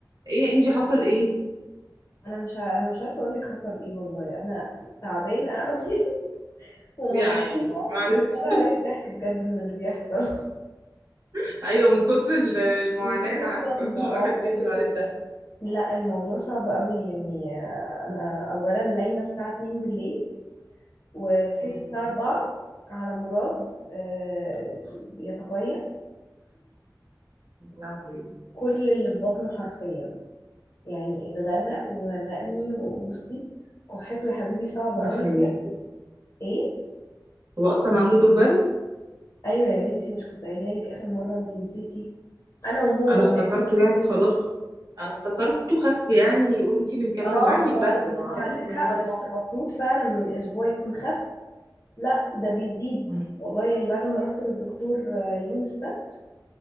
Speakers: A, on the right; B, on the left.
A: ايه انجي حصل ايه
B: انا مش ع- انا مش عارفه اقول لك حصل ايه والله انا تعبانه قوي <laughs> ومصدومه
A: يعني معلش
B: وطلع عليا الضحك بجد من اللي بيحصل
A: <laughs> ايوه من كتر ال- المعاناة
B: من كتر
A: انا
B: الصدمه
A: عارفة <laughs> الواحد
B: اه بجد
A: بينزل عليه
B: والله
A: الدم
B: لا الموضوع صعب قوي يعني آه، انا اولا نايمه الساعه 2 بالليل وصحيت
A: يا
B: الساعه 4 على مراد آه، بيتقيأ
A: لهوي
B: كل اللي في بطنه حرفيا يعني اتغرق وغرقني وبصي كحته يا حبيبي صعبه
A: يا
B: قوي
A: حياتي
B: بجد ايه
A: هو اصلا عنده دور برد
B: ايوه يا بنتي مش كنت قايله لك اخر مره انت نسيتي انا وهو
A: انا افتكرته
B: احنا الاتنين.
A: يعني خلاص انا افتكرته خف يعني وانتي اللي مكمل
B: اه
A: معاكي
B: ما,
A: البرد ما
B: ما انت
A: اعرفش
B: عندك
A: ان هو
B: حق
A: لسه
B: ما هو المفروض فعلا من اسبوع يكون خف لا ده بيزيد
A: مم.
B: والله يعني بعد ما رحت للدكتور آه، يوم السبت